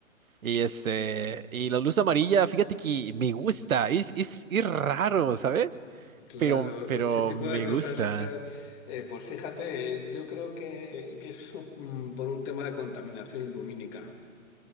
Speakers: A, on the right; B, on the left.
A: Y este, y la luz amarilla, fíjate que me gusta, es, es, es raro, ¿sabes?
B: Claro,
A: Pero, pero
B: ese tipo
A: me
B: de cosas,
A: gusta,
B: claro. Eh, pues fíjate, eh, yo creo que, que es su- mm, por un tema de contaminación lumínica.